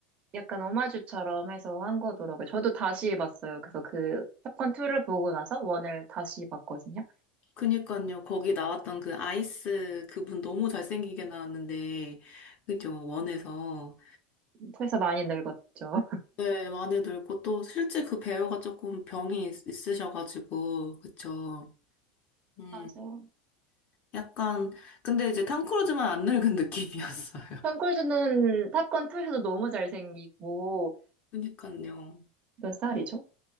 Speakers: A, on the right (about 25°); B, on the left (about 35°).
A: 약간 오마주처럼 해서 한 거더라고요. 저도 다시 봤어요. 그래서 그 탑건 2를 보고 나서 원을 다시 봤거든요.
B: 그니까요, 거기 나왔던 그 아이스 그분 너무 잘생기게 나왔는데, 그죠, 원에서.
A: 2에서 많이 늙었죠.
B: 네, 많이 늙고 또 실제 그 배우가 조금 병이 있- 있으셔가지고, 그쵸. 음,
A: <laughs> 맞아요.
B: 약간, 근데 이제 탐 크루즈만 안 늙은 느낌이었어요.
A: 톰 크루즈는 탑건 2에서도 너무 잘생기고
B: 그니까요.
A: 몇 살이죠?